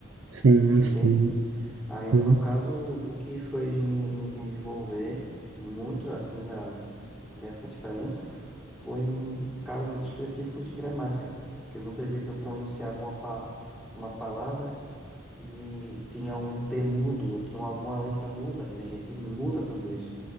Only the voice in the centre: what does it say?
entende?
Aí, no
meu caso, o que fez me, me desenvolver muito assim da dessa diferença foi em casos específicos de gramática, porque muitas vezes eu pronunciava uma, pa- uma palavra que tinha um T mudo, ou tinha alguma letra muda, e a gente muda tudo isso.